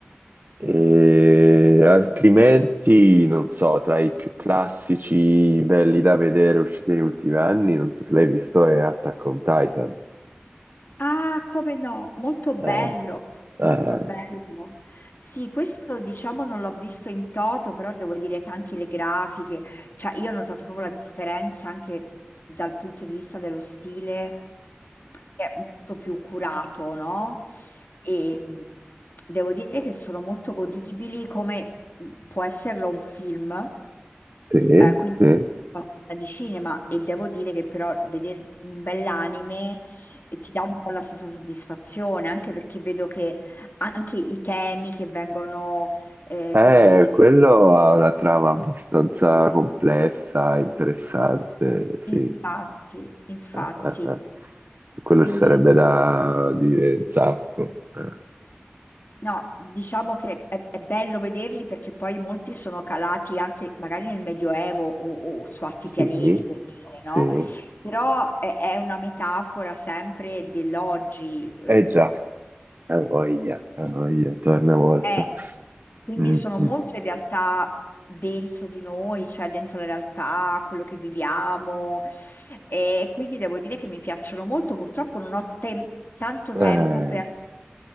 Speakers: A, on the right; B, on the left.
A: E altrimenti, non so, tra i più classici belli da vedere usciti negli ultimi anni, non so se l'hai visto, è Attack on Titan.
B: Ah, come no, molto bello,
A: Eh,
B: molto
A: eh,
B: bello. Sì, questo diciamo non l'ho visto in toto, però devo dire che anche le grafiche, cioè io ho notato proprio la differenza anche dal punto di vista dello stile, che è molto più curato, no? E mhmm, devo dire che sono molto godibili, come mhmm, può esserlo un film,
A: Sì,
B: eh, quindi
A: sì.
B: di cinema, e devo dire che però vedere un bell'anime e ti dà un po' la stessa soddisfazione, anche perché vedo che anche i temi che vengono eh,
A: Eh,
B: così,
A: quello ha una trama abbastanza complessa, interessante,
B: infatti,
A: sì.
B: infatti,
A: Eh, eh, eh. Su quello
B: quindi
A: ci sarebbe da dire un sacco. Eh,
B: no, diciamo che è, è bello vederli perché poi molti sono calati anche magari nel Medioevo o, o su altri
A: Sì,
B: pianeti, per dire, no?
A: sì.
B: Però è, è una metafora sempre dell'oggi. eh,
A: Eh già, ha voglia, ha voglia, torna molto.
B: Eh, quindi
A: Mm,
B: sono molte
A: mm.
B: realtà dentro di noi, cioè dentro la realtà, quello che viviamo. E quindi devo dire che mi piacciono molto. Purtroppo non ho tem- tanto
A: Eh,
B: tempo per,